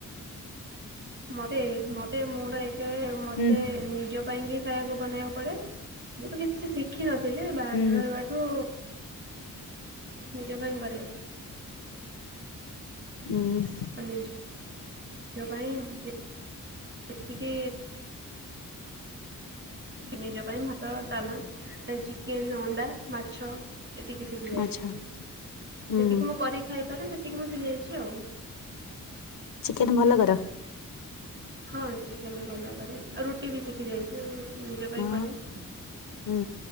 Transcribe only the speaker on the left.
ହୁଁ
ହୁଁ
ଉଁ।
ଆଚ୍ଛା ହୁଁ
ଚିକେନ୍ ଭଲ କର?
ହଁ
ହୁଁ